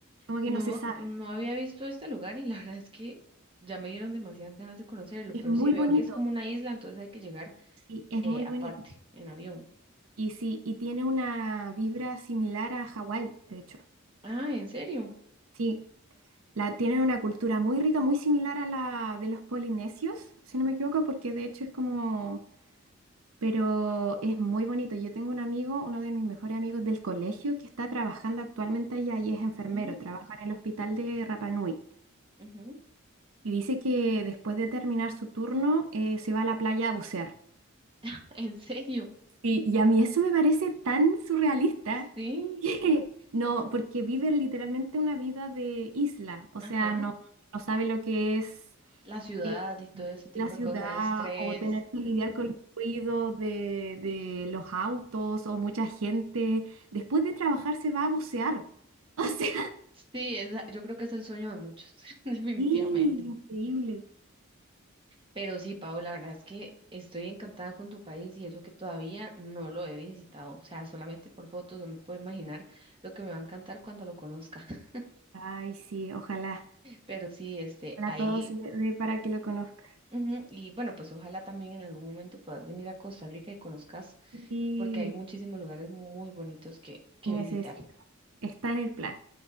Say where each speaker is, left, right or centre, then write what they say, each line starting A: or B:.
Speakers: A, on the right (about 80°); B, on the right (about 25°).
A: como que
B: No,
A: no se sabe.
B: no había visto este lugar y la <laughs> verdad es que ya me dieron demasiadas ganas de conocerlo,
A: Es
B: pero
A: muy
B: sí veo
A: bonito,
B: que es como una isla, entonces hay que llegar
A: sí, es
B: eh,
A: muy
B: aparte,
A: bonito.
B: en avión.
A: Y sí, y tiene una vibra similar a Hawái, de hecho.
B: Ah, ¿en serio?
A: Sí, la, tienen una cultura muy rica, muy similar a la de los polinesios, si no me equivoco, porque de hecho es como pero es muy bonito. Yo tengo un amigo, uno de mis mejores amigos del colegio, que está trabajando actualmente allá y es enfermero,
B: Ujú,
A: trabaja en el hospital de Rapa Nui.
B: ujú.
A: Y dice que después de terminar su turno eh, se va a la playa a bucear.
B: <laughs> ¿En serio?
A: Y, y a mí eso me parece tan surrealista
B: Sí.
A: <laughs> que no, porque vive literalmente una vida de isla, o
B: Ajá.
A: sea, no, no sabe lo que es.
B: La ciudad
A: eh,
B: y todo ese tipo
A: la ciudad
B: de cosas, el estrés.
A: o tener que lidiar
B: ujú.
A: con el ruido de, de los autos o mucha gente. Después de trabajar se va a bucear. <laughs> O sea,
B: Sí, esa- yo creo que es el sueño de muchos, <laughs> definitivamente.
A: sí, increíble.
B: Pero sí, Pau, la verdad es que estoy encantada con tu país y eso que todavía no lo he visitado. O sea, solamente por fotos no me puedo imaginar lo que me va a encantar cuando lo conozca. <laughs>
A: Ay, sí, ojalá.
B: Pero sí, este,
A: Ojalá
B: ahí,
A: todo se le dé para que lo conozca.
B: ujú, y bueno, pues ojalá también en algún momento puedas venir a Costa Rica y conozcas,
A: Sí,
B: porque hay muchísimos lugares muy bonitos que, que
A: necesito.
B: visitar.
A: Está en el plan.